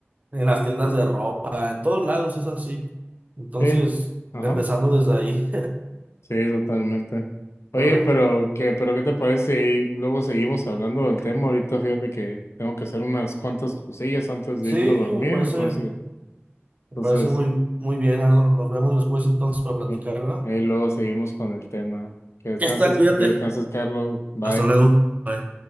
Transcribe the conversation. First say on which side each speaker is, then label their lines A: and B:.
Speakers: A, on the right; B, on the left.
A: En las tiendas de ropa, en todos lados es así. Entonces,
B: sí, ajá,
A: empezando desde ahí,
B: sí, totalmente. Oye,
A: <laughs> ¿verdad?
B: pero qué, pero qué te parece si luego seguimos hablando del tema. Ahorita fíjate que tengo que hacer unas cuantas cosillas antes
A: Sí,
B: de irme a dormir,
A: me parece,
B: entonces, entonces,
A: me parece muy, muy bien, Arnold. Nos vemos después entonces para platicar,
B: ahí
A: ¿verdad?
B: ahí luego seguimos con el tema. Que descanses,
A: Ya está, cuídate.
B: que descanses, Carlos. Bye.
A: Hasta luego. Bye.